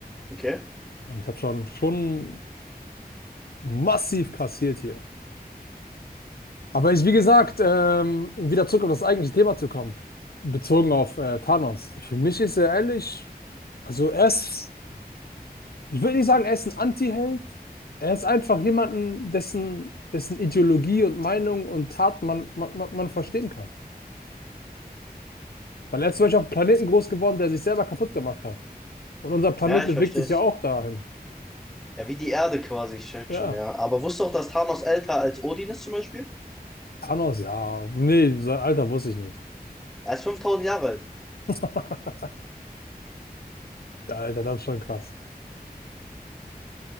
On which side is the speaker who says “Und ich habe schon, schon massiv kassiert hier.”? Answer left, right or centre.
Left